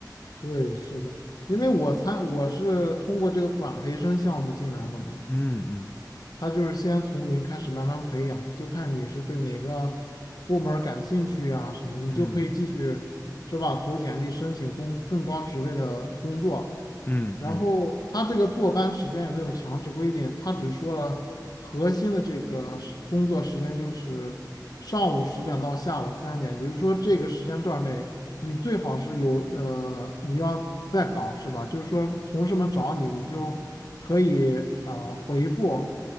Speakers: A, on the left (about 60°); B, on the left (about 25°).
A: 对，是的，因为我参我是通过这个管培生项目进来的嘛，
B: 嗯嗯
A: 他就是先从零开始慢慢培养，就看你是对哪个部门儿感兴趣啊什么，你就可以继续是吧，
B: 嗯
A: 投简历申请工更高职位的工作。
B: 嗯嗯
A: 然后他这个坐班时间也没有强制规定，他只说了核心的这个时工作时间就是上午十点到下午三点，也就是说这个时间段内你最好是有呃你要在岗是吧？就是说同事们找你，你就可以呃回复，